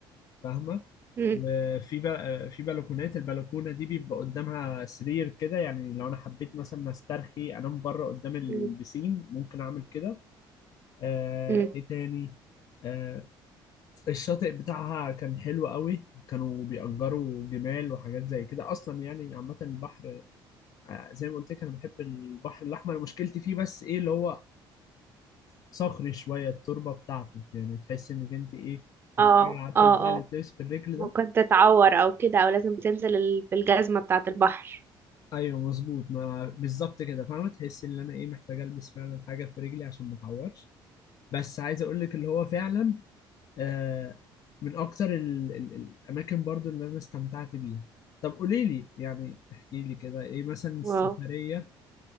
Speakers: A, on the left; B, on the right.
A: فاهمة
B: مم.
A: وفي بقى في بلكونات البلكونة دي بيبقى قدامها سرير كده يعني لو انا حبيت مثلا استرخي انام بره قدام البسين
B: مم.
A: ممكن اعمل كده آه،
B: مم.
A: ايه تاني آه، الشاطئ بتاعها كان حلو قوي كانوا بيأجروا جمال وحاجات زي كده اصلا يعني عامة البحر آه، زي ما قلت لك انا بحب البحر الاحمر مشكلتي فيه بس ايه اللي هو صخري شوية التربة بتاعته يعني تحس انك انت ايه محتاجة
B: اه
A: عارفة
B: اه
A: البتاع
B: اه
A: اللي بتلبس في الرجل
B: ممكن
A: ده
B: تتعور او كده او لازم تنزل ال- بالجزمة بتاعة البحر
A: ايوه مظبوط ما بالظبط كده فاهمة تحس ان انا ايه محتاجة البس فعلا حاجة في رجلي عشان ما اتعورش بس عايز اقول لك اللي هو فعلا آه، من اكتر ال- ال- الاماكن برضو اللي انا استمتعت بيها طب قولي لي يعني احكي لي كده ايه مثلا السفرية
B: واو